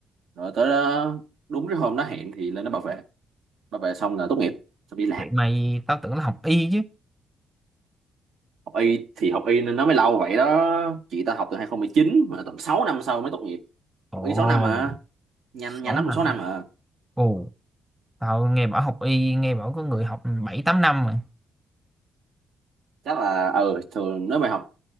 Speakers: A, on the right; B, in the centre.
A: rồi tới đó, đúng cái hôm nó hẹn thì lên nó bảo vệ bảo vệ xong là tốt nghiệp xong đi làm
B: chị mày tao tưởng là học y chứ
A: học y thì học y nên nó mới lâu vậy đó chị ta học từ 2019 mà tầm 6 năm sau mới tốt nghiệp
B: ồ
A: học y 6 năm à nhanh
B: sáu
A: nhanh lắm
B: năm
A: cũng 6 năm à
B: ồ Tao nghe bảo học y, nghe bảo có người học bảy tám năm mà.
A: chắc là ừ thường nếu mày học